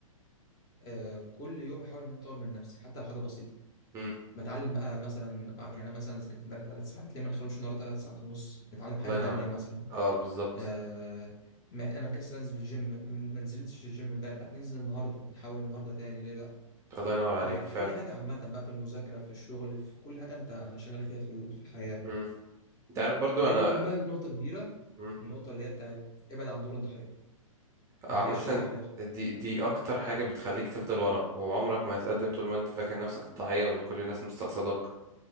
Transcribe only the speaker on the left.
آه كل يوم احاول ان أنا اطور من نفسي حتى لو حاجه بسيطه
بتعلم بقى مثلا آه، يعني أنا مثلا ذاكرت امبارح ثلاث ساعات ليه ما نخلوش النهارده ثلاث ساعات ونص نتعلم حاجه
تانيه
مثلا
آه ما انا مكسل انزل الجيم ما نزلتش الجيم امبارح لا ننزل النهارده نحاول النهارده تاني ليه لا
آه في
اي حاجه عامه بقى في المذاكره في الشغل في كل حاجه انت شغال فيها في ال- في الحياه
ده
يوديك بقى لنقطه كبيره
النقطه اللي هي بتاعت ابعد عن دور الضحيه ما
تعيش الضحيه خالص